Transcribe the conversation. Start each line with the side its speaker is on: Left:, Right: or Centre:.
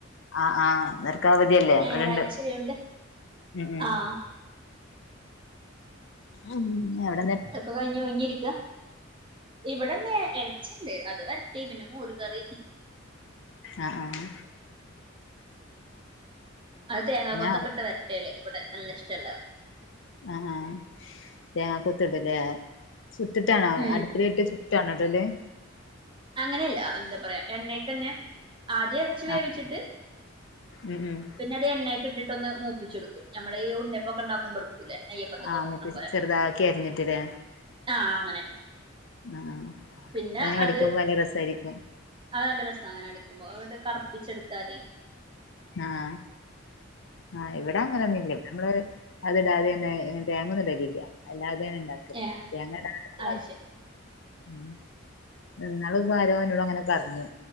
Left: ആഹ് ആഹ് ഇന്നവർക്ക് അവധി അല്ലേ അവരിവിടെണ്ട്
Right: ഞായറാഴ്ചയായോണ്ട്
Left: ഉം ഉം
Right: ആഹ്
Left: ഉം എവ
Right: ട്ടൊക്കെ കഴിഞ്ഞു ഒഴിഞ്ഞിരിക്ക ഇവിടെന്ന് എറച്ചിണ്ട് അത് വരട്ടി പിന്നെ മോര് കറി,
Left: അ ആഹ്
Right: അത് തേങ്ങാകൊത്തൊക്കെട്ട്
Left: ഞാൻ
Right: വരട്ടിയാല് ഇവടെ നല്ല ഇഷ്ട എല്ലാർക്കും.
Left: ആഹാ തേങ്ങാ കൊത്തിടും ല്ലേ ചുട്ടിട്ടാണോ
Right: ഉം
Left: അടുപ്പിലിട്ട് ചു ട്ടാണോ ഇടല്
Right: അങ്ങനെയല്ല എന്താ പറയാ എണ്ണീക്കന്നെ ആദ്യം എറച്ചി വേവിച്ചിട്ട്
Left: ആഹ് ഉം ഉം
Right: പിന്ന അത് എണ്ണേക്കിട്ടിട്ടൊന്ന് മൂപ്പിച്ചെടുക്കും നമ്മളെ ഈ ഉണ്ണിയപ്പൊക്കെണ്ടാക്കുമ്പൊടു ക്കൂലേ നെയ്യപ്പത്തിക്കൊക്കെ
Left: ആഹ് മൂപ്പി
Right: അത് പോലെ
Left: ചെറുതാക്കി അരിഞ്ഞിട്ട്ല്ലേ
Right: ആഹ് അങ്ങനെ
Left: ആഹ്
Right: പിന്നെ
Left: അതിങ്ങനെ കടിക്കുമ്പോ
Right: അത്
Left: നല്ല രസായിരിക്കും
Right: അത് നല്ല രസാ അങ്ങനെ കടിക്കുമ്പോ ഓര കർപ്പിച്ചെടുത്താല്
Left: ആഹ് ആഹ് ഇവിടങ്ങനെ തിന്നും ഇവ്ടെ അത്ടാതെന്നെ ഇങ്ങനെ തേങ്ങൊന്നുടലീല്ല്യ അല്ലാതേണ് ഇണ്ടാക്കല്
Right: ഏഹ്
Left: തേങ്ങടാതെ <unintelligible>
Right: അത് ശരി
Left: ഉം ഇന്നാളിപ്പോ ആരോ ഇന്നോട് അങ്ങനെ പറഞ്ഞു